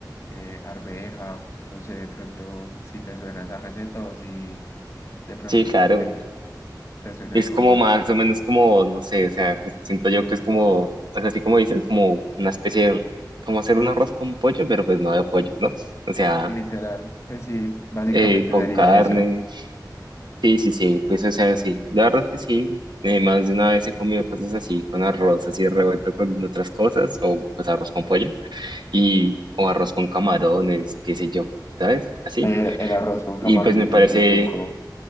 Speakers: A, on the left; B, on the right.
A: eh, arveja, entonces de pronto si te suena esa receta o si de pronto
B: Sí, claro.
A: te, gu- te suena
B: Es
A: algo
B: como
A: más.
B: más o menos como, no sé, o sea, pues siento yo que es como, pues así como dices, como una especie de, como hacer un arroz con pollo, pero pues no de pollo, ¿no? O sea,
A: Literal, pues sí, básicamente
B: eh, con
A: sería
B: carne.
A: eso.
B: Sí, sí, sí, pues o sea, sí. La verdad es que sí. eh, más de una vez he comido cosas así, con arroz así revuelto con otras cosas, o pues arroz con pollo, y, o arroz con camarones, qué sé yo, ¿sabes? Así.
A: Ay, El, el arroz con camarones
B: Y pues me parece,
A: es muy rico.